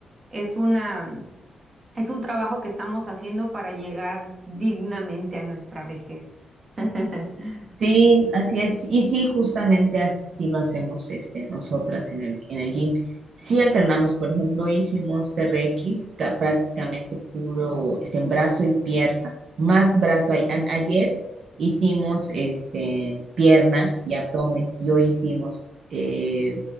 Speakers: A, on the right; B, on the right.
A: es una, es un trabajo que estamos haciendo para llegar dignamente a nuestra vejez. <laughs>
B: Sí, así es. Y sí, justamente así lo hacemos este, nosotras en el, en el gym. Sí alternamos, por ejemplo, hicimos TRX, ca- prácticamente puro este, en brazo y pierna, más brazo. Ay- an- ayer hicimos este, pierna y abdomen, y hoy hicimos eh,